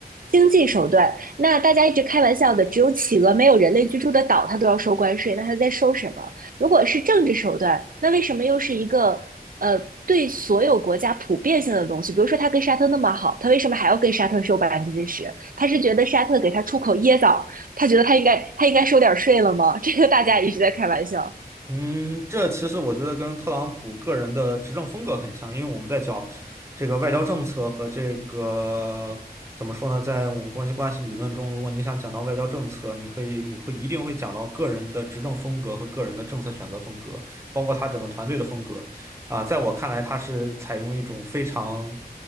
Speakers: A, on the right (about 60°); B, on the right (about 15°).
A: 经济手段，那大家一直开玩笑的，只有企鹅没有人类居住的岛，它都要收关税，那它在收什么？如果是政治手段，那为什么又是一个呃对所有国家普遍性的东西？比如说，它跟沙特那么好，它为什么还要跟沙特收百分之十？他是觉得沙特给他出口椰枣他觉得他应该他应该收点税了吗？这个大家一直在开玩笑。
B: 嗯，这其实我觉得跟特朗普个人的执政风格很像，因为我们在讲这个外交政策和这个怎么说呢，在我们关系关系理论中，如果你想讲到外交政策，你可以你会一定会讲到个人的执政风格和个人的政策选择风格，包括他整个团队的风格。啊，在我看来，他是采用一种非常